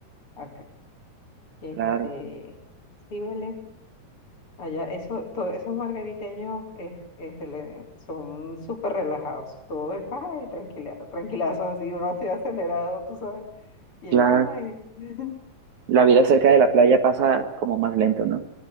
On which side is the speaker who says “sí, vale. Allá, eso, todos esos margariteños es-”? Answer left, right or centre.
Left